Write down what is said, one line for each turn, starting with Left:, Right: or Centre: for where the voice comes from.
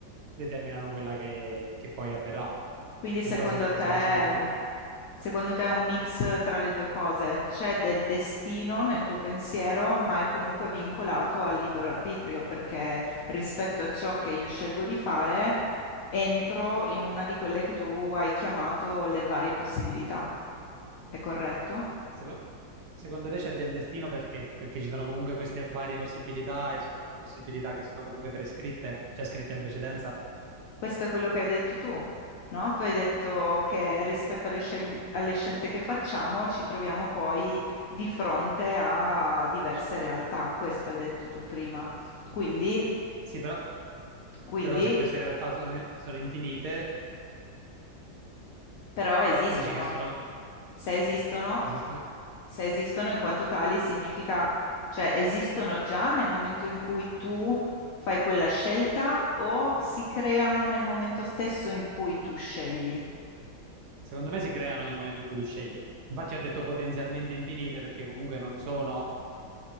Right: determinano quella che, che poi avverrà.
Left: Quindi secondo
Right: Non so se,
Left: te.
Right: se mi segui.
Left: mm, Secondo te è un mix tra le due cose? C'è del destino nel tuo pensiero, ma è comunque vincolato al libero arbitrio, perché rispetto a ciò che io scelgo di fare, entro in una di quelle che tu hai chiamato le varie possibilità. È corretto?
Right: Seco- secondo te c'è del destino perché? Perché ci sono comunque queste varie possibilità e sono possibilità che sono comunque prescritte, cioè scritte in precedenza.
Left: Questo è quello che hai detto tu, no? Tu hai detto che rispetto alle scegl- alle scelte che facciamo, ci troviamo poi di fronte a diverse realtà. Questo hai detto tu prima. Quindi.
Right: Sì, però,
Left: Quindi
Right: però se queste realtà sono, sono infinite,
Left: Però esistono.
Right: tu dici che sono,
Left: Se esistono,
Right: esistono?
Left: se esistono in quanto tali, significa, cioè, esistono già nel momento in cui tu fai quella scelta o si creano nel momento stesso in cui tu scegli.
Right: Secondo me si creano nel momento in cui tu scegli. Infatti ho detto potenzialmente infinite perché comunque non sono